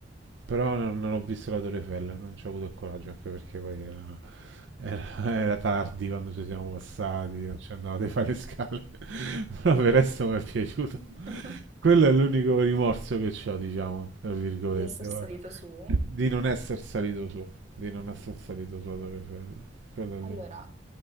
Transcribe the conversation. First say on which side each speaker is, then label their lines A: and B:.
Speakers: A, on the right; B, on the right.
A: Però non, non ho visto la Torre Eiffel, non ci ho avuto il coraggio, anche perché poi era, era- era tardi quando ci siamo passati, non ci andavate a fare le scale. <laughs> Però per il resto mi è piaciuto.
B: <laughs>
A: Quello è l'unico rimorso che ho, diciamo, tra virgolette,
B: Di essere
A: guarda.
B: salito su?
A: Di non essere salito su, di non essere salito
B: E-
A: su a Torre Eiffel. Quello è
B: Allora,
A: l'unico.